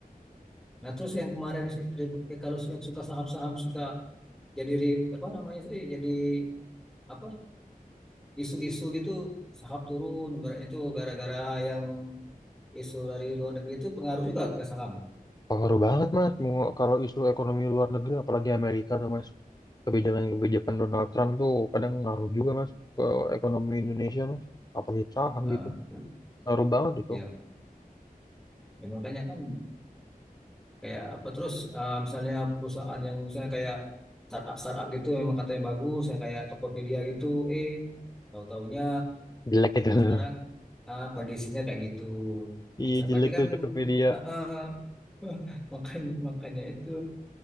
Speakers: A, in the centre; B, on the left.
A: Nah terus yang kemarin si- tri- eh, kalau si- yang suka saham-saham suka jadi ri- apa namanya sih jadi apa isu-isu gitu saham turun ibaratnya itu gara-gara yang isu dari luar negeri itu pengaruh juga ke saham.
B: Pengaruh banget mas, mau kalau isu ekonomi luar negeri, apalagi Amerika tuh mas, kebijakan-kebijakan Donald Trump tuh kadang ngaruh juga mas ke ekonomi Indonesia mas, apalagi saham
A: Heeh.
B: gitu, ngaruh banget itu.
A: Ya, ya makanya kan kayak apa terus eh, misalnya perusahaan yang misalnya kayak startup startup gitu memang katanya bagus ya kayak Tokopedia gitu eh tahu-taunya
B: Jelek itu. <laughs>
A: sekarang ah, kondisinya kayak gitu.
B: Iya
A: Bisa berarti
B: jelek
A: kan
B: tuh Tokopedia.
A: eh, eh, <laughs> makanya makanya itu.